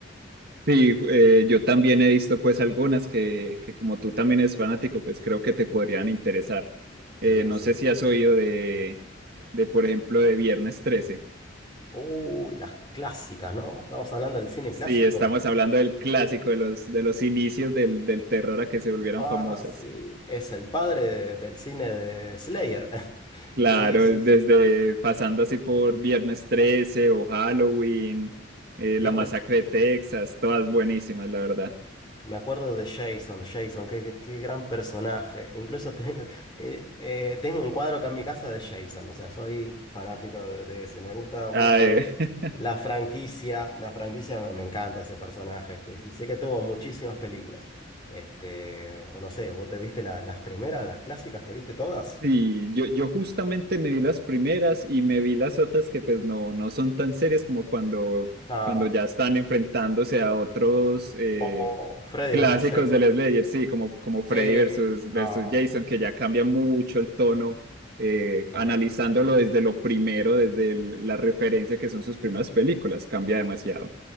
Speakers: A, on the right; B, on the left.
A: Sí, eh, yo también he visto pues algunas que, que como tú también eres fanático, pues creo que te podrían interesar.
B: Sí,
A: Eh, no
B: sí.
A: sé si has oído de, de, por ejemplo, de Viernes 13.
B: Uy, las clásicas, ¿no? Estamos hablando del cine
A: Sí,
B: clásico.
A: estamos hablando del clásico de los, de los inicios del, del terror a que se volvieran
B: Ah,
A: famosas.
B: sí, es el padre de- del cine de Slayer. <laughs>
A: Claro,
B: Sí, sí,
A: desde
B: sí.
A: pasando así por Viernes 13 o Halloween, eh, La
B: Viernes
A: Masacre
B: 3.
A: de Texas, todas buenísimas, la verdad.
B: Me acuerdo de Jason, Jason, qué, qué- qué gran personaje. Incluso tengo, <laughs> eh, eh, tengo un cuadro acá en mi casa de Jason, o sea, soy fanático de, de ese. Me gusta mucho
A: Ay, <laughs>
B: la franquicia, la franquicia me, me encanta ese personaje. Este, sí, sé que tuvo muchísimas películas. Este, no sé, ¿vos te viste la- las primeras, las clásicas? ¿Te viste todas?
A: Y yo, yo justamente me vi las primeras y me vi las otras que pues no, no son tan serias como cuando,
B: No,
A: cuando ya están enfrentándose a otros eh,
B: o Freddy
A: clásicos
B: versus Jason.
A: del Slayer, sí, como, como Freddy
B: Sí,
A: versus,
B: no,
A: versus Jason, que ya cambia mucho el tono, eh,
B: no.
A: analizándolo desde lo primero, desde el- la referencia que son sus primeras películas, cambia demasiado.